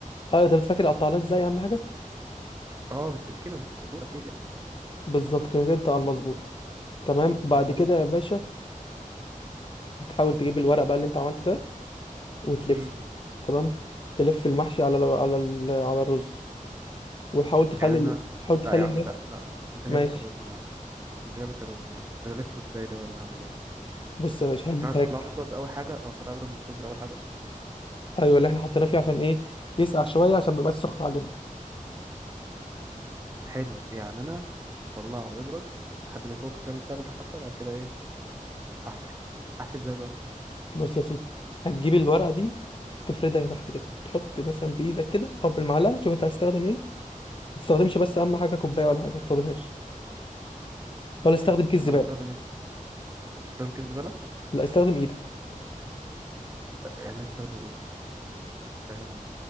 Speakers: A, on the left; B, on the right.
A: اه انت فاكر قطعناه ازاي اهم حاجه
B: اه بالسكينه مش بالسطور اكيد يعني.
A: بالظبط كده كده انت على المظبوط تمام بعد
B: عيب عليك
A: كده
B: بقى
A: يا باشا هتحاول تجيب الورق بقى اللي انت عملته ده وتلفه
B: مم.
A: تمام تلف المحشي على على على الرز وتحاول تخلي
B: يعني انا
A: تحاول تخلي
B: لا يا عم
A: النفط
B: لا لا انت جاي
A: يلا ماشي
B: بتكروتني يا عم انت جاي بتكروتني يا عم انا الفه ازاي ده ولا اعمل ايه
A: بص يا باشا
B: يعني
A: هتجيب
B: انا هطلعه
A: هك
B: يبرد اول حاجه او طلع يبرد من الفريزر اول حاجه
A: ايوه اللي احنا حطيناه فيه عشان ايه يسقع شويه عشان ما يبقاش سخن علينا
B: حلو يعني انا هطلعه يبرد لحد ما يفك كام التلج حتى بعد كده ايه احشي احشي ازاي بقى
A: بص يا سيدي هتجيب الورقه دي تفردها تحت كده وتحط مثلا بايدك كده او بالمعلقه شوف انت هتستخدم ايه ما تستخدمش بس اهم حاجه كوبايه ولا حاجه ما تستخدمهاش ولا استخدم كيس
B: امال
A: زباله
B: هستخدم ايه استخدم كيس زباله
A: لا استخدم ايدك
B: يعني هستخدم ايدي فاهمني